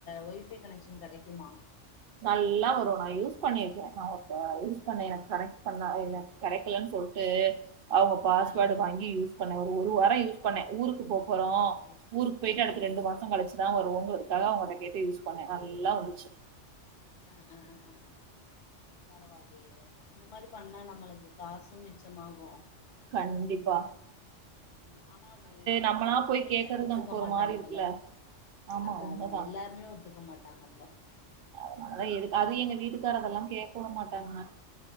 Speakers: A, on the left; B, on the right.
A: ஒய் பை கனெக்ஷன் கெடைக்குமா
B: நல்லா வரு நா யூஸ் பண்ணிருக்கே நா ஒருட்ட யூஸ் பண்ணே எனக் கனெக்ட் பண்ணே எனக் கெடைக்கலன் சொல்ட்டு அவுங்க பாஸ்வேர்டு
A: ஆ ஆ
B: வாங்கி யூஸ் பண்ணே ஒரு ஒரு வாரோ யூஸ் பண்ணே ஊருக்கு போப் போறோ
A: சேரி சேரி
B: ஊருக்கு போயிட்டு
A: ஆ
B: அடுத்து
A: ஆ
B: ரெண்டு
A: ஆ.
B: மாசோங் கழிச்சுதா வருவோங்ளுதுக்காக அவுங்கட்ட கேட்டு யூஸ் பண்ணே நல்லா வந்துச்சு
A: அ அ அ அ அ பரவாலையே இந்த மாரி பண்ணா நம்மளுக்கு காசூம் மிச்சமாகு
B: கண்டிப்பா
A: ம் ஆனா அது
B: நம்மளா
A: எல்லாருமே
B: போய் கேக்குறது
A: ஒத்துக்க
B: நமக்கு ஒரு
A: மாட்டாங்கல்ல
B: மாரி இருக்குல்ல ஆமா
A: அதா
B: உண்மதா
A: அதா எல்லாருமே ஒத்துக்க மாட்டாங்கல்ல
B: அதனால எதுக் அது எங்க வீட்டுக்காரங்கல்லா கேக்கவுட மாட்டாங்க